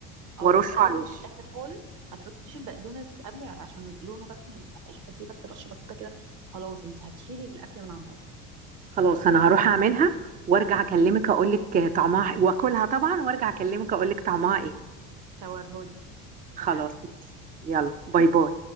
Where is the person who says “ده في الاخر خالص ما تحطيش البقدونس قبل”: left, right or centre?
Right